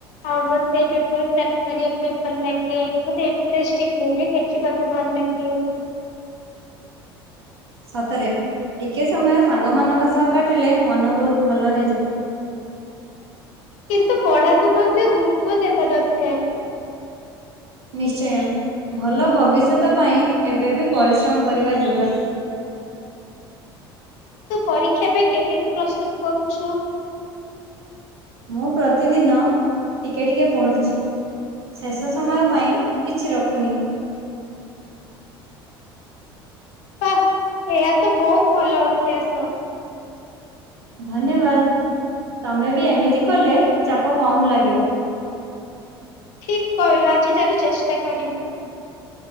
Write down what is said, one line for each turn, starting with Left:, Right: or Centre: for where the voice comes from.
Left: ଆଉ ମତେ ପେପର କ୍ରାଫ୍ଟ କରିବାପାଇଁ ଭଲ ଲାଗେ ମତେ ଇଣ୍ଟେରେଷ୍ଟିଙ୍ଗ୍ ମୁଭି ଦେଖିବା ଭଲ ଲାଗେ।
Right: ସତରେ ଟିକେ ସମୟ ସାଙ୍ଗ ମାନଙ୍କ ସହ କାଟିଲେ ମନ ବହୁତ ଭଲ ହେଇଯାଏ।
Left: କିନ୍ତୁ ପଢ଼ାକୁ ମଧ୍ୟ ଗୁରୁତ୍ଵ ଦେବା ଦରକାର।
Right: ନିଶ୍ଚୟ ଭଲ ଭବିଷ୍ୟତ ପାଇଁ ଏବେ ବି ପରିଶ୍ରମ କରିବା ଯୁରୁର।
Left: ତୁ ପରୀକ୍ଷା ପାଇଁ କେମିତି ପ୍ରସ୍ତୁତ କରୁଛୁ?
Right: ମୁଁ ପ୍ରତିଦିନ ଟିକେ ଟିକେ ପଢ଼ୁଛି। ଶେଷ ସମୟ ପାଇଁ କିଛି ରଖୁନି।
Left: ବା ଏହା ତ ବହୁତ ଭଲ ଅଭ୍ୟାସ।
Right: ଧନ୍ୟବାଦ ତମେ ବି ଏମିତି କଲେ ଚାପ କମ୍ ଲାଗିବ।
Left: ଠିକ କହିଲୁ ଆଜିଠାରୁ ଚେଷ୍ଟା କରିବି।